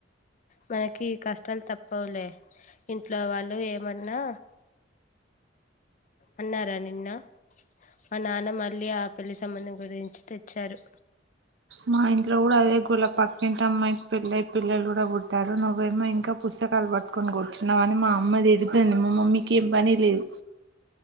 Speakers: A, on the left (about 40°); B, on the right (about 65°).
A: మనకి కష్టాలు తప్పవులే ఇం ఇంట్లో వాళ్ళు ఏమన్నా అన్నారా నిన్ను మా నాన్న మళ్ళీ ఆ పెళ్లి సంబంధం గురించి తెచ్చారు
B: మా ఇంట్లో కూడా అదే కుల ప ఇంట్లో అమ్మాయికి పెళ్లి అయి పిల్లలు కూడా పుట్టారు నువ్వేమో ఇంకా పుస్తకాలు పట్టుకోని కూర్చున్నావా అని మా అమ్మ తిడ అయిపోయింది మా మమ్మీకి పని ప్లీజ్